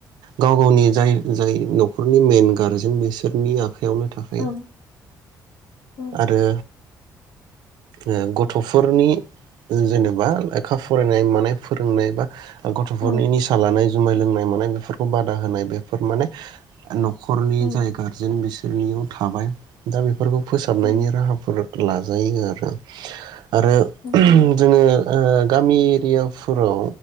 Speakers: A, on the right; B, on the left.
A: गाव गावनि जाय जाय नखरनि मेइन गारजेन बिसोरनि आख आवनो थाखायो
B: औ औ
A: आरो। ओ गथफोरनि जेनेबा लेखा फरायनाय मानाय फोरोंनाय बा गथफोरनि
B: औ
A: निसा लानाय जुमाय लोंनाय मानाय बेफोरखौ बा दा होनाय बेफोर माने नखरनि
B: औ
A: जाय गारजेन बिसोरनि थाबाय दा बे बेफोरफोरखौ फोसाबनायनि
B: उम
A: राहाफोर लाजायो आरो। <inaudible> आरो
B: उम उम
A: जोङो ओ गामि एरियाफोराव